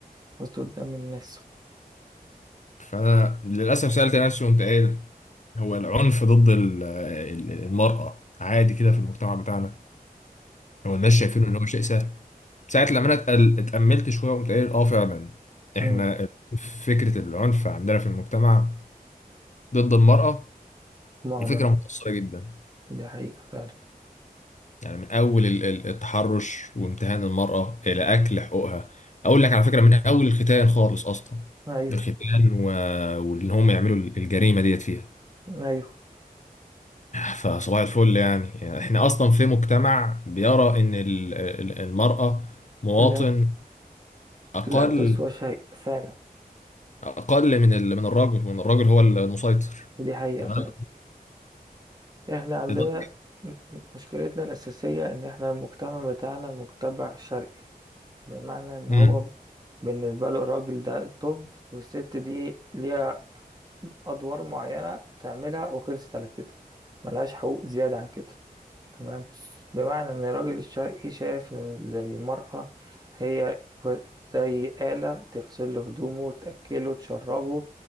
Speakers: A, on the right (about 25°); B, on the left (about 50°).
A: قصدي قدام الناس
B: فأنا للأسف سألت نفسي قمت قايل هو العنف ضد ال- آه، ال- المرأة عادي كده في المجتمع بتاعنا هو الناس شايفينه إن هو شيء سهل ساعة لما انا اتقل- اتأملت شوية قمت قايل اه فعلا احنا
A: امم
B: فكرة العنف عندنا في المجتمع ضد المرأة
A: معدن
B: دي فكرة مؤثرة جدا
A: دي حقيقة فعلا
B: يعني من أول ال- ال- التحرش وامتهان المرأة إلى أكل حقوقها أقول لك على فكرة من أول الختان خالص أصلا
A: ايوه
B: الختان و... وإن هم يعملوا الجريمة ديت فيها
A: ايوه
B: فصباح الفل يعني. يعني إحنا أصلا في مجتمع بيرى إن ال- ال- المرأة مواطن
A: لا
B: أقل
A: لا تسوى شيء فعلا
B: اقل من ال... من الراجل وان الراجل هو المسيطر
A: دي حقيقة
B: تمام
A: فعلا احنا عندنا
B: لدرجة-
A: م- م- مشكلتنا الأساسية ان احنا المجتمع بتاعنا مجتمع شرقي بمعنى ان هو
B: امم
A: ب- بالنسبة له الراجل ده طب والست دي ليها أدوار معينة تعملها وخلصت على كده ملهاش حقوق زيادة عن كده تمام بمعنى ان الراجل الشرقي شايف ان المرأة هي زي آلة تغسل له هدومه تأكله تشربه